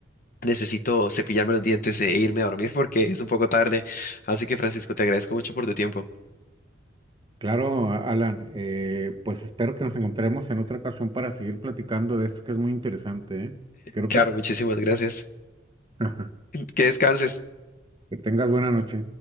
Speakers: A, on the left; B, on the right.
A: necesito cepillarme los dientes e irme a dormir porque es un poco tarde. Así que Francisco, te agradezco mucho por tu tiempo.
B: Claro, Alan, eh, pues espero que nos encontremos en otra ocasión para seguir platicando de esto que es muy interesante, ¿eh? Creo
A: Claro,
B: que...
A: muchísimas gracias.
B: <laughs>
A: Que descanses.
B: Que tengas buena noche.